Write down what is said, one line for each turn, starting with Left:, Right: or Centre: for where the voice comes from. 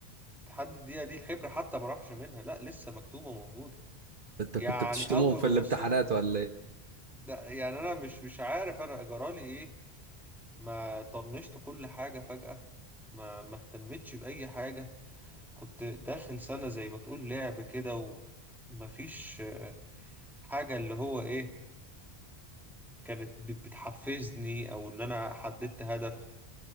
Centre: لحد الدقيقة دي الحبر حتى ما راحش منها لا لسه مكتوبة وموجودة
Right: انت كنت
Centre: يعني
Right: بتشتمهم
Centre: اول
Right: في
Centre: ما
Right: الامتحانات
Centre: ابص انا
Right: ولا ايه
Centre: ده يعني انا مش مش عارف انا جرالي ايه ما طنشت كل حاجة فجأة ما ما اهتمتش بأي حاجة كنت داخل سنة زي ما تقول لعب كده ومفيش آه، حاجة اللي هو ايه كانت بت- بتحفزني او ان انا حددت هدف